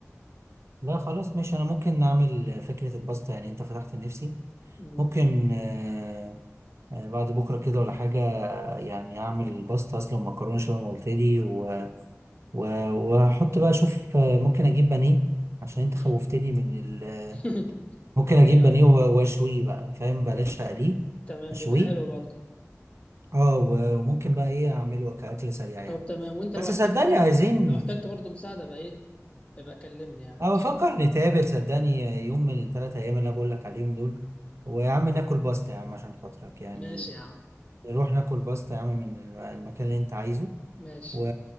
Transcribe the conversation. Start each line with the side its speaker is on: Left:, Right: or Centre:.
Right: لا خلاص ماشي أنا ممكن نعمل فكرة الباستا يعني أنت فتحت نفسي
Left: مم.
Right: ممكن آه، آه، بعد بكرة كده ولا حاجة يعني أعمل باستا أصلا مكرونة شبه ما قلت لي و و- واحط بقى اشوف آه، ممكن اجيب بانيه عشان انت
Left: مم.
Right: خوفتني من ال
Left: <laughs>
Right: ممكن اجيب
Left: ايوه
Right: بانيه
Left: ايوه
Right: و- واشويه بقى فاهم بلاش اقليه
Left: تمام
Right: اشويه
Left: بيبقى حلو برضه
Right: اه و- وممكن بقى ايه اعمله كاكل سريع يعني
Left: طب تمام وانت
Right: بس
Left: لو احتجت
Right: صدقني
Left: برضه
Right: عايزين
Left: لو احتجت برضه مساعده بقى ايه يبقى كلمني يعني
Right: اه
Left: ماشي
Right: بفكر نتقابل صدقني يوم من الثلاث ايام اللي انا بقول لك عليهم دول ويا عم ناكل باستا يا عم عشان خاطرك يعني
Left: ماشي يا عم
Right: نروح ناكل باستا يا عم من المكان اللي انت عايزه
Left: ماشي
Right: و...